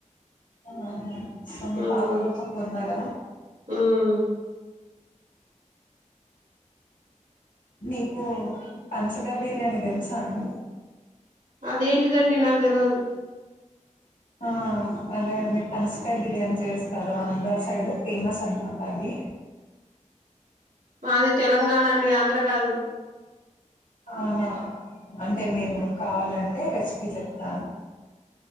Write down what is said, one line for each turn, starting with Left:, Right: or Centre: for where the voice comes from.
Left: ఆహా సో మీ
Right: హ్మ్
Left: పాప కోసం కొన్నారా
Right: హ్మ్
Left: మీకు పనసకాయ్ బిర్యానీ తెలుసా అండి
Right: అదేంటిదండి నాకు తెలవదు
Left: ఆ అదే అండి పనసకాయ బిర్యానీ చేస్తారు ఆంధ్ర సైడ్ ఫేమస్ అనమాట అది
Right: మాది తెలంగాణ అండి ఆంధ్ర కాదు
Left: ఆహా అంటే మీరు కావాలంటే రెసిపీ చెప్తాను